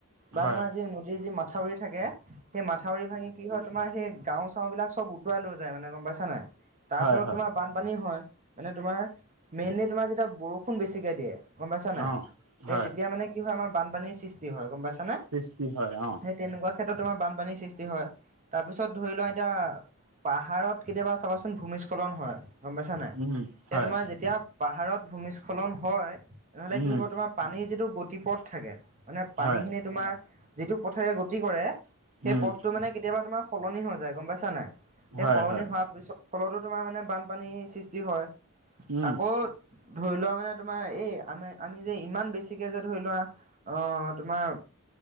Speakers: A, on the right (about 35°); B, on the right (about 70°).
A: বা
B: হয়,
A: তোমাৰ যি নদীৰ যি মাথাউৰি থাকে, সেই মাথাউৰি ভাঙি কি হয় তোমাৰ সেই গাওঁ চাওঁ বিলাক চব উটুৱাই লৈ যায় মানে গম পাইছা নাই? তাৰ
B: হয়,
A: ফলত
B: হয়,
A: তোমাৰ বানপানী হয়, মানে তোমাৰ মেইনলি তোমাৰ যেতিয়া বৰষুণ বেছিকে দিয়ে গম পাইছা নাই,
B: অ', হয়,
A: এই তেতিয়া মানে কি হয় আমাৰ বানপানীৰ সৃষ্টি হয় গম পাইছানে?
B: সৃষ্টি হয় অ'।
A: সেই তেনেকুৱা ক্ষেত্ৰত তোমাৰ বানপানীৰ সৃষ্টি হয়, তাৰপিছত ধৰি লোৱা এতিয়া পাহাৰত কেতিয়াবা চাবাচোন ভূমিস্খলন হয়। গম পাইছা নাই?
B: উম, হয়,
A: এতিয়া তোমাৰ যেতিয়া পাহাৰত ভূমিস্খলন হয়, তেনেহ'লে
B: উম,
A: কি হ'ব তোমাৰ পানীৰ যিটো গতি পথ থাকে। মানে পানীখিনি
B: হয়,
A: তোমাৰ যিটো পথেৰে গতি কৰে সেই
B: উম,
A: পথটো মানে কেতিয়াবা তোমাৰ সলনি হৈ যায় গম পাইছা নাই? সেই
B: হয়,
A: সলনি
B: হয়,
A: হোৱাৰ পিছত ফলতো তোমাৰ মানে বানপানীৰ সৃষ্টি হয়,
B: উম,
A: আকৌ ধৰি লোৱা মানে তোমাৰ এই আমি-আমি যে ইমান বেছিকে যে ধৰি লোৱা অ, তোমাৰ